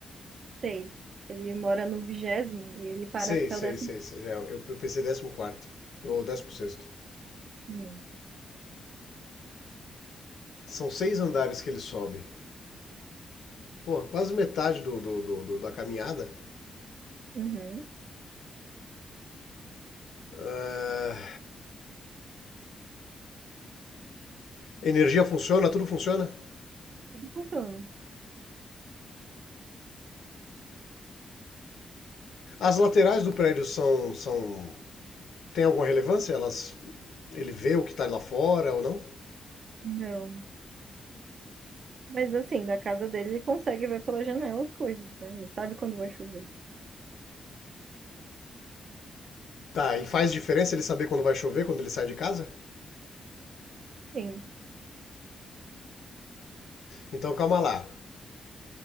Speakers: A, on the right (about 50°); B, on the left (about 70°).
A: Sei. Ele mora no vigésimo e ele para
B: Seis,
A: até o
B: seis,
A: décimo.
B: seis, seis. É, eu, eu pensei décimo quarto ou décimo sexto.
A: Hum.
B: São seis andares que ele sobe. Pô, quase metade do, do- do- do- da caminhada.
A: Uhum.
B: Ah, energia funciona? Tudo funciona?
A: Funciona.
B: As laterais do prédio são. são tem alguma relevância? Elas. Ele vê o que tá lá fora ou não?
A: Não. Mas assim, da casa dele, ele consegue ver pela janela as coisas, né? Ele sabe quando vai chover.
B: Tá, e faz diferença ele saber quando vai chover, quando ele sai de casa?
A: Sim.
B: Então calma lá.